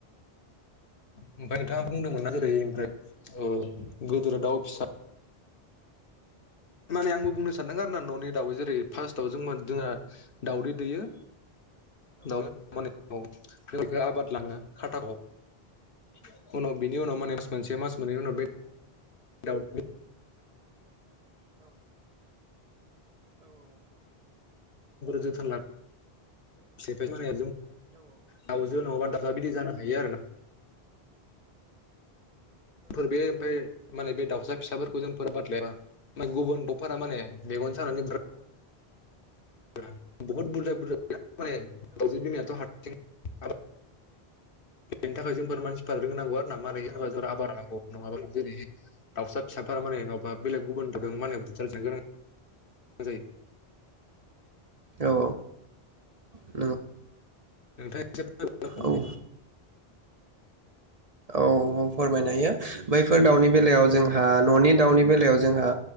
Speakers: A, on the left; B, on the right.
A: ओमफ्राय नोंथाङा बुंदोंमोन ना जेरै ओमफ्राय अ गोदोर दाउ फिसा माने आंबो बुंनो सानदों आरोना न'नि दाउै जेरै फास्तआव जोंमोन जोंहा दाउदै दैयो <unintelligible> आबाद लाङो। खाटा‌ <unintelligible> बेनि उनाव माने मासमोनसे मास मोननै उनाव बे दाव <unintelligible> <unintelligible> फ्राय दावजो नङाबा दाव बिदि जानो हायो आरो ना। फोर बे ओमफ्राय माने बे दाउसा फिसाफोरखौ जों फोरबाद लायाबा गुबुन दावफोरा माने मेगन खानानै बु बहुत बुरजा बुरजा माने दावजो बिमाथ' हा <unintelligible> बेनि थाखाय जोंफोर मानसिफोर रोंनांगौ आरो ना मारै जेनबा जोङो आबार लानांगौ। नङाबा जेरै दाउसा फिसाफोरा माने नङाबा बेलेग गुबुन दावदों माने बुथार जानो गोनां जायो।
B: औ औ।
A: नोंथां एसे <unintelligible>
B: औ औ फोरमायनो हायो । बैफोर दाउनि बेलायाव जोंहा न'नि दाउनि बेलायाव जोंहा